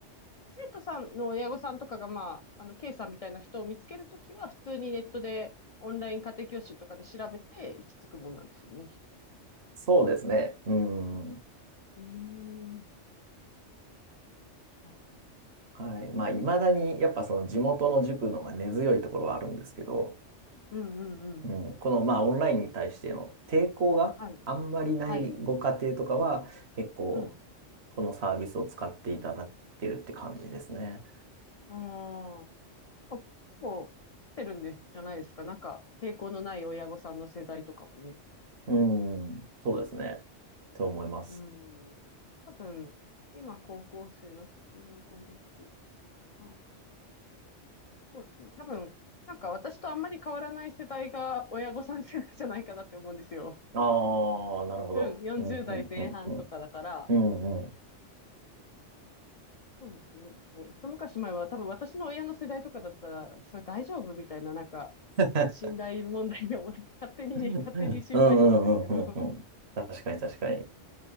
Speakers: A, on the left; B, on the right.
A: 生徒さんの親御さんとかが、まあ、あの、K さんみたいな人を見つけるときは、普通にネットで、オンライン家庭教師とかで調べて、行き着くもんなんですよね、きっ
B: そうですね。うん。
A: と。うーん。ああ、
B: はい。まあ、
A: 楽しい
B: いまだに、やっぱその地元の塾の方が根強いところはあるんですけど、
A: ね。うんうんうん。
B: うん、この、まあ、オンラインに対しての抵抗があんまりないご家庭とかは、
A: はい。はい。
B: 結構、
A: うん。
B: このサービスを使っていただいてるって感じですね。
A: うーん。あ結構、来てるんで、じゃないですか。なんか、抵抗のない親御さんの世代とかはね。
B: うん。そうですね。と思います。
A: うん。多分、今高校生だと15、6、30。そうですね。多分、なんか私とあんまり変わらない世代が親御さん世代じゃないかなって思うんですよ。
B: ああ、なるほど。
A: うん、40代前半とかだから。
B: うん、うん、うん、うん。うん、うん。
A: そうですね。なんかね、一昔前は多分私の親の世代とかだったら、それ大丈夫みたいな、なんか、
B: うん
A: 信頼問題でも、<laughs> 勝手にね、
B: うんうんうんうん。
A: 勝手に心配しそうですけど。
B: 確かに確かに。